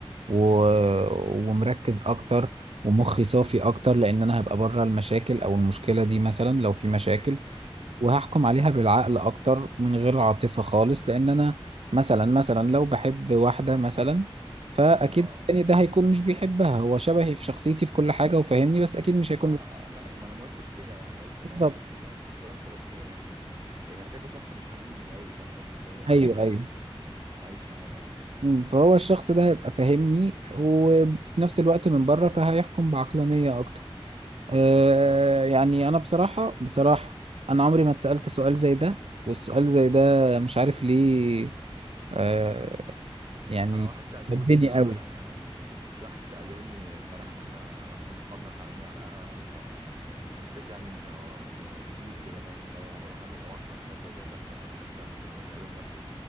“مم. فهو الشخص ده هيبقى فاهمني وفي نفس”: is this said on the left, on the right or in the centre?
Right